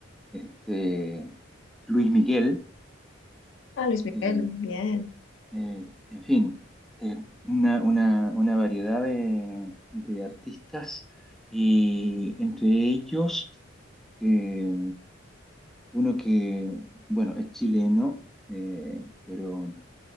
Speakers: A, in the centre; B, on the left.
A: este Luis Miguel,
B: Ah, Luis Miguel,
A: eh,
B: bien.
A: eh, en fin, eh, una, una- una variedad de, de artistas y entre ellos eh, uno que, bueno, es chileno, eh, pero